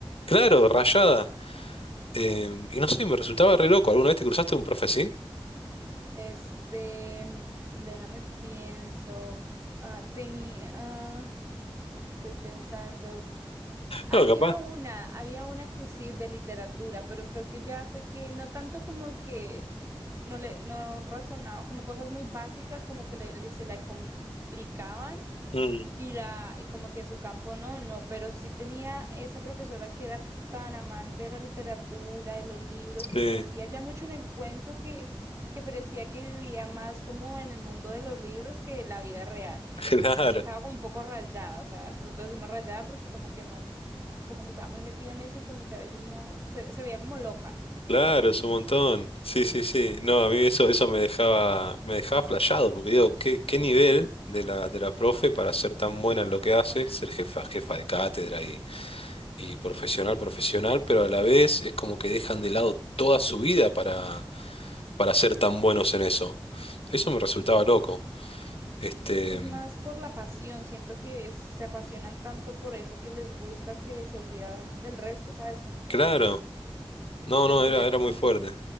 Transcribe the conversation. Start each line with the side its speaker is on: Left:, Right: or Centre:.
Left: Claro, rayada. Eh, y no sé, me resultaba re loco. ¿Alguna vez te cruzaste un profe así?
Right: este, déjame pienso, ah, tenía, ah, estoy pensando, Había
Left: No, capaz.
Right: una, había una que sí de literatura, pero creo que ya fue que no tanto como que no le no razonaba, como cosas muy básicas como que le, le- se le complicaban,
Left: Mm,
Right: y la y como que en su campo no, no, pero sí tenía esa profesora que era tan amante de la literatura, de los libros,
Left: sí,
Right: que se metía ya mucho en el cuento que, que parecía que vivía más como en el mundo de los libros que la vida real. En
Left: <laughs> claro,
Right: el- y sí estaba como un poco rayada, o sea, nosotros decimos rayada porque como que no, como que estaba muy metida en eso y como que a veces no, se, se veía como loca.
Left: claro, es un montón. Sí, sí, sí. No, a mí eso, eso me dejaba, me dejaba flasheado, porque digo, ¿qué, qué nivel de la, de la profe para ser tan buena en lo que hace? Ser jefa, jefa de cátedra y, y profesional, profesional, pero a la vez es como que dejan de lado toda su vida para, para ser tan buenos en eso. Eso me resultaba loco. Este,
Right: Es más
Left: mm,
Right: por la pasión, siento que es- se apasionan tanto por eso que les gusta que se olvidan del resto, ¿sabes? Como que
Left: claro, no,
Right: al
Left: no,
Right: final
Left: era, era
Right: como
Left: muy fuerte.